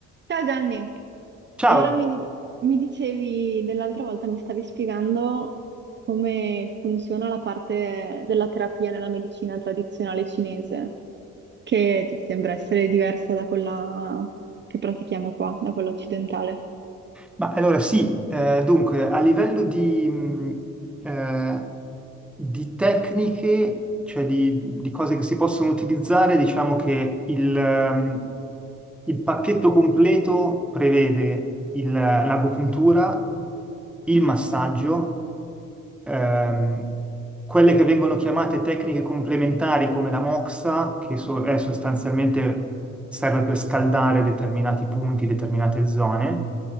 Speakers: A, on the right (about 35°); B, in the centre.
A: Ciao Gianni,
B: Ciao,
A: allora mi, mi dicevi dell'altra volta, mi stavi spiegando come funziona la parte della terapia nella medicina tradizionale cinese, che sembra essere diversa da quella che pratichiamo qua, da quella occidentale.
B: ma allora sì, eh, dunque a livello di, mh, eh, di tecniche, cioè di, di cose che si possono utilizzare, diciamo che il, ehm, il pacchetto completo prevede il- l'agopuntura, il massaggio, ehm, quelle che vengono chiamate tecniche complementari come la moxa, che so- è sostanzialmente serve per scaldare determinati punti, determinate zone.